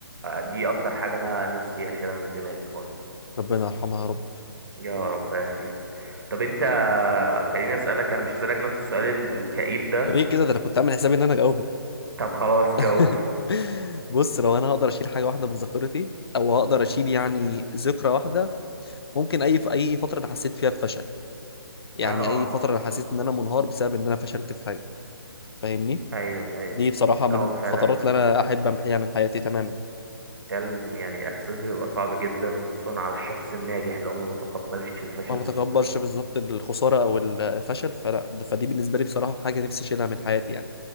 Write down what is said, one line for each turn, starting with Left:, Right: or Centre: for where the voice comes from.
Right: دي أكتر حاجة أنا نفسي أشيلها من دماغي خالص
Left: ربنا يرحمها يا رب
Right: يا رب آمين طب أنت خليني أسألك أنا مش هسألك نفس السؤال الكئيب ده
Left: ليه كده ده انا كنت عامل حسابي ان انا هجاوبه
Right: طب خلاص جاوب
Left: <laughs> بص لو انا هقدر اشيل حاجه واحده من ذاكرتي او هقدر اشيل يعني ذكرى واحده ممكن اي في اي فتره انا حسيت فيها بفشل يعني
Right: اه
Left: اي فتره انا حسيت ان انا منهار بسبب ان انا فشلت في حاجه فاهمني
Right: أيوه أيوه
Left: دي بصراحه
Right: لا
Left: من
Right: هو
Left: الفترات
Right: فعلا
Left: اللي انا احب امحيها من حياتي تماما
Right: فعلا يعني احساس بيبقى صعب جدا خصوصا على الشخص الناجح لو ما بيتقبلش الفشل
Left: ما بتكبرش
Right: بسهولة
Left: بالظبط الخساره او الفشل فلا ده- فدي بالنسبه لي بصراحه حاجه نفسي اشيلها من حياتي يعني